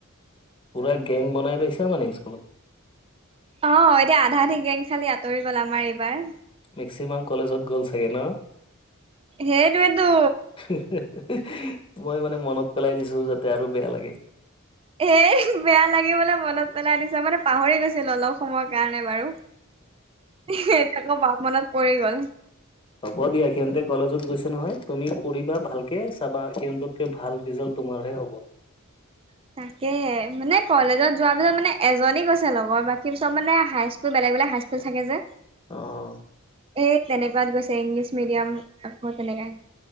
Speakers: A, on the left; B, on the right.
A: পুৰা গেং বনাই লৈছে মানে স্কুলত।
B: অ এতিয়া আধা আধি গেং খালি আঁতৰি গ'ল আমাৰ এইবাৰ।
A: মেক্সিমাম কলেজত গ'ল চাগে ন।
B: হেইটোৱে টো।
A: হে হে। মই মানে মনত পেলাই দিছো যাতে আৰু বেয়া লাগে।
B: এ বেয়া লাগিবলৈ মনত পেলাই দিছা মানে পাহৰি গৈছিলো অলপ। সময়ৰ কাৰণে বাৰু এতিয়া আকৌ মনত পৰি গ'ল।
A: হ'ব দিয়া সিহঁতে কলেজত গৈছে নহয় তুমি পঢ়িবা ভালকে চাবা সিহঁতকে ভাল ৰিজাল্ট তোমাৰহে হ'ব।
B: উ <inaudible> তাকে, মানে কলেজত যোৱাৰ পিছত মানে এজনী গৈছে লগৰ, বাকী চব মানে হাইস্কুল বেলেগ বেলেগ হাইস্কুল থাকে যে
A: অ
B: এই তেনেকোৱাত গৈছে ইংলিছ মিডিয়াম আকৌ তেনেকাই